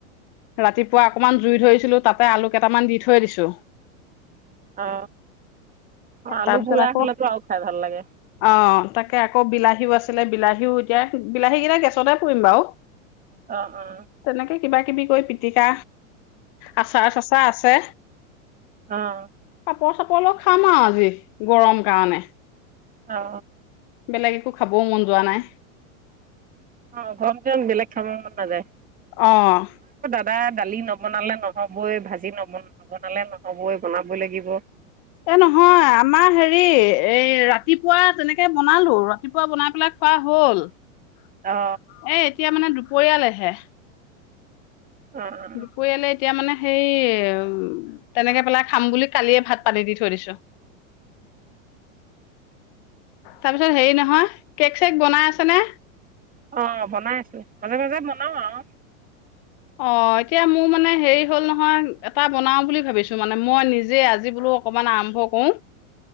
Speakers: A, on the left; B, on the right.
A: ৰাতিপুৱা অকমান জুই ধৰিছিলো তাতে আলু কেইটামান দি থৈ দিছো
B: অ অ আলু
A: তাৰপিছত
B: পুৰা
A: আকৌ
B: হলেতো আৰু খাই ভাল লাগে
A: অ তাকে আকৌ বিলাহীও আছে আছিলে বিলাহীও এতিয়া বিলাহী কেইটা গেছতে পৰিুৰিম বাৰু
B: আহ অ
A: তেনেকে কিবা কিবি কৈ পিটিকা আচাৰ চচা আছে
B: আহ
A: চৰ চাপৰলৰ খামাজ আজি গৰম কাৰণে
B: অ
A: বেলেগ একো খাবও মন যোৱা নাই
B: অ গমন বিলে ক্ষমা ন দেে
A: আহ
B: দাদা দালি নবনালে নহবই ভাজি নব নবনালে নহবই বনাবই লাগিব
A: এ নহয় আমাৰ হেৰি এই ৰাতি ৰাতিপুৱা তেনেকে বনালো ৰাতিপুৱা বনাই পেলাই খোৱা হল এ
B: অ
A: এতিয়া মানে দু বয়ালেহে
B: অ অ
A: উপলে <unintelligible> এতিয়া মানে সেই উ তেনেকে পেলাই খাম বুলি কালিয়ে ভাত পাতি দি থৈ দিছো, তাৰপিছত হেৰি নহয় কেক চেক বনাই আছেনে?
B: অ বনাই আছো মাজে মাজে বনাও আৰু-
A: অ এতিয়া মোৰ মানে হেৰি হ'ল নহয় এটা বনাও বুলি ভাবিছো মানে মই নিজে আজি বোলো অকমান আৰম্ভ কৰো।